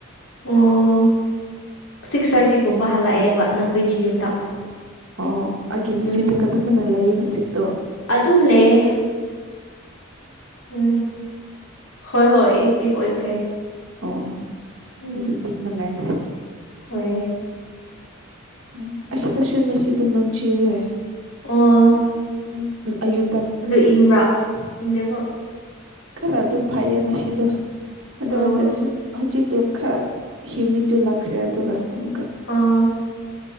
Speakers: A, on the left; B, on the right.
A: ꯑꯣ ꯁꯤꯛꯁ ꯊꯥꯔꯇꯤꯒꯨꯝꯕ ꯍꯜꯂꯛꯑꯦꯕ ꯅꯈꯣꯏꯒꯤ ꯌꯨꯝꯗ
B: ꯑꯣ ꯑꯣ ꯑꯩꯒꯤ ꯗꯤꯐꯤꯠꯇꯣ
A: ꯎꯝ
B: ꯀꯗꯝꯕꯅ ꯂꯩꯌꯦ ꯍꯨꯖꯤꯛꯇꯣ
A: ꯑꯗꯨꯝ ꯂꯩꯌꯦ ꯎꯝ ꯍꯣꯏ ꯍꯣꯏ ꯑꯦꯛꯇꯤꯐ ꯑꯣꯏꯈ꯭ꯔꯦ
B: ꯑꯣ
A: ꯎꯝ
B: ꯑꯗꯨꯗꯤ ꯅꯨꯡꯉꯥꯏ
A: ꯍꯣꯏ
B: <unintelligible>
A: ꯑꯣ ꯑꯗꯨ ꯏꯪꯕ꯭ꯔꯥ ꯏꯪꯗꯦꯀꯣ
B: ꯀꯀꯣ ꯑꯦ ꯈꯔ ꯑꯗꯨ ꯐꯩꯌꯦ ꯅꯁꯤꯗꯣ ꯑꯗꯨ
A: ꯑꯣ
B: ꯇꯧꯔꯁꯟ ꯍꯧꯖꯤꯛ ꯇꯨ ꯈꯔ ꯍ꯭ꯌꯨꯃꯤꯠꯇꯨ ꯂꯥꯛꯈ꯭ꯔꯦ ꯑꯗꯨꯒ ꯑꯃꯨꯛꯀ
A: ꯑꯥ